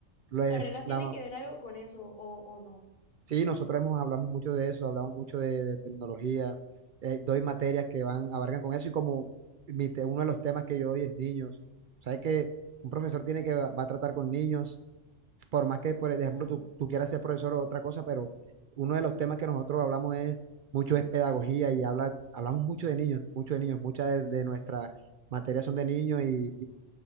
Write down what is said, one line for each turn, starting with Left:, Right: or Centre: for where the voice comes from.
Right: pues,
Left: Su carrera tiene
Right: la,
Left: que ver algo con eso, o, o no.
Right: Sí, nosotros hemos, hablamos mucho de eso, hablamos mucho de, de tecnología, eh, doy materias que van, abarcan con eso y como mi te- uno de los temas que yo doy es niños. O sea, que un profesor tiene que, va, va a tratar con niños, por más que, por ejemplo,
Left: Claro.
Right: tú, tú quieras ser profesor o otra cosa, pero uno de los temas que nosotros hablamos es mucho es pedagogía y habla, hablamos mucho de niños, mucho de niños, muchas de, de nuestras materias son de niños y,